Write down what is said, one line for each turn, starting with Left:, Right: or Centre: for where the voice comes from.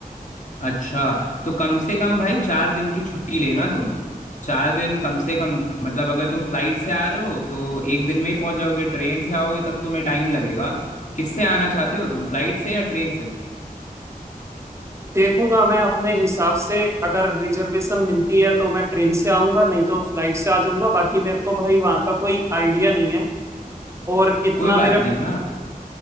Left: अच्छा तो कम से कम भाई चार दिन की छुट्टी लेना तुम चार दिन कम से कम मतलब अगर तुम फ्लाइट से आ रहे हो तो एक दिन में ही पहुंच जाओगे ट्रेन से आओगे तब तुम्हें टाइम लगेगा किससे आना चाहते हो तुम फ्लाइट से या ट्रेन से
Right: देखूंगा मैं अपने हिसाब से अगर रिजर्वेशन मिलती है तो मैं ट्रेन से आऊंगा नहीं तो फ्लाइट से आ जाऊंगा बाकी मेरे को भाई वहां का कोई आइडिया नहीं है और इतना
Left: कोई
Right: मेरे
Left: बात नहीं ना